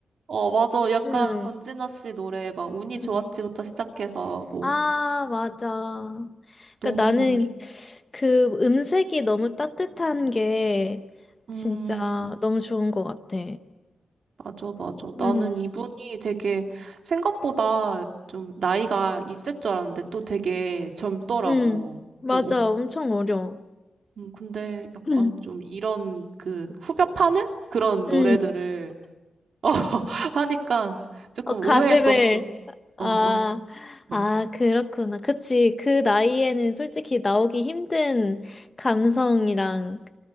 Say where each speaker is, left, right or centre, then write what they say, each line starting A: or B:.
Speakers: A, on the right; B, on the left.
A: 어, 맞아. 약간
B: 음,
A: 권진아 씨 노래 막 운이
B: 음.
A: 좋았지부터 시작해서 뭐
B: 아, 맞아.
A: 너무너무
B: 그러니까 나는
A: 좋.
B: 그 음색이 너무 따뜻한 게
A: 음.
B: 진짜 너무 좋은 것 같아.
A: 맞아, 맞아. 나는
B: 음,
A: 이분이 되게 생각보다 좀 나이가 있을 줄 알았는데 또 되게 젊더라고.
B: 음, 맞아.
A: 어어.
B: 엄청 어려워.
A: 음, 근데 약간
B: <clears throat> 음,
A: 좀 이런 그 후벼 파는 그런
B: 음.
A: 노래들을 <laughs> 어, 하니까 조금
B: 어, 가슴을.
A: 의외했었어.
B: 아,
A: 어, 어,
B: 아,
A: 어.
B: 그렇구나. 그치. 그 나이에는 솔직히 나오기 힘든 감성이랑